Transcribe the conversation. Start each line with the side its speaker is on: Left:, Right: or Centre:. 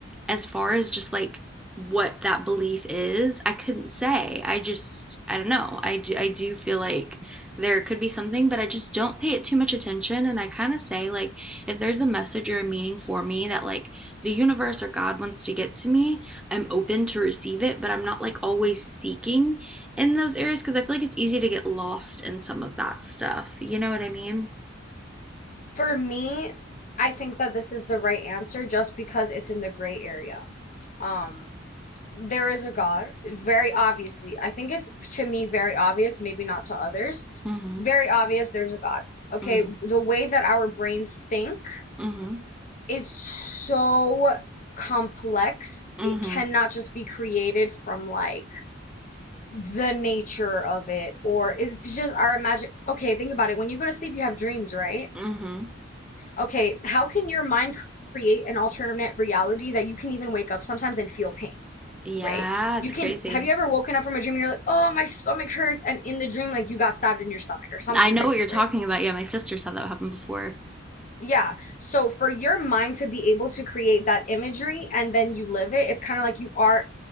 Centre: as far as just like what that belief is, I couldn't say. I just, I don't know. I do, I do feel like there could be something, but I just don't pay it too much attention. And I kind of say, like, if there's a message or a meaning for me that, like, the universe or God wants to get to me, I'm open to receive it, but I'm not, like, always seeking in those areas because I feel like it's easy to get lost in some of that stuff. You know what I mean?
Left: For me, I think that this is the right answer just because it's in the gray area. Um, there is a God, very obviously. I think it's to me very obvious, maybe not to others.
Centre: Mm hmm.
Left: Very obvious there's a God. Okay,
Centre: Mm hmm.
Left: the way that our brains think
Centre: Mm hmm.
Left: is so complex.
Centre: Mm
Left: It
Centre: hmm.
Left: cannot just be created from like the nature of it or it's just our imagine okay think about it when you go to sleep you have dreams right
Centre: Mm hmm.
Left: okay how can your mind create an alternate reality that you can even wake up sometimes and feel pain
Centre: Yeah,
Left: right
Centre: it's
Left: you can
Centre: crazy.
Left: have you ever woken up from a dream and you're like oh my stomach hurts and in the dream like you got stabbed in your stomach or something
Centre: I know
Left: crazy
Centre: what you're talking
Left: right
Centre: about. Yeah, my sister's had that happen before.
Left: Yeah. So for your mind to be able to create that imagery and then you live it, it's kind of like you are